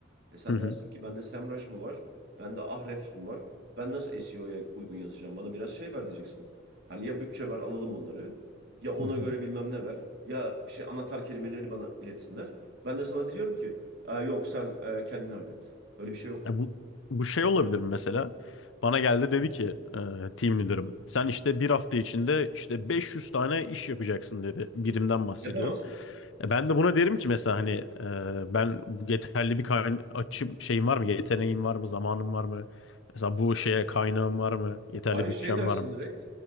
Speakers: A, on the right (about 55°); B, on the left (about 65°).
A: E sen
B: hı hı,
A: dersin ki bende SEMrush mı var? Bende Ahrefs mi var? Ben nasıl SEO'ya uygun yazacağım? Bana biraz şey ver diyeceksin. Hani ya bütçe ver alalım onları. Ya ona
B: hı hı.
A: göre bilmem ne ver. Ya şey anahtar kelimeleri bana iletsinler. Ben de sana diyorum ki "Aa, yok sen e, kendin hallet. Öyle bir şey yok.
B: Ya bu bu şey olabilir mi mesela? Bana geldi dedi ki e, team leader'ım sen işte bir hafta içinde işte 500 tane iş yapacaksın dedi. Birimden bahsediyorum.
A: Yapamazsın.
B: E, ben de buna derim ki mesela hani e, ben bu yeterli bir kayna açım şeyim var mı? Yeteneğim var mı? Zamanım var mı? Mesela bu şeye kaynağım var mı? Yeterli
A: Hayır
B: bütçem
A: şey dersin
B: var mı?
A: direkt.